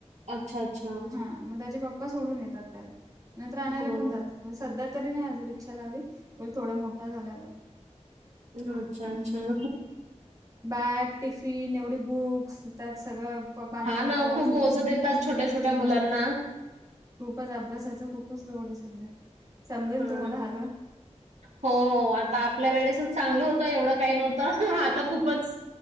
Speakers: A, on the right; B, on the right.
A: अच्छा, अच्छा.
B: हा मग त्याचे पप्पा सोडून येतात त्याला. नंतर आणायला
A: हां.
B: पण जातात सध्या तरी नाय अजून रिक्षा लावली बोल थोडा मोठा झाल्यावर
A: अच्छा अच्छा.
B: हम्म. बॅग टिफिन एवढी बुक्स त्यात सगळं पानी
A: हां
B: बॉटल
A: ना, खूप
B: सगळ
A: ओझं
B: ह
A: देतात छोट्या-छोट्या
B: हा
A: मुलांना.
B: खूपच अभ्यासाच खूपच लोड आहे सध्या समजेल
A: हां.
B: तुम्हाला.
A: हो आता आपल्या वेळेसच चांगलं होतं एवढं काही नव्हतं आता खूपच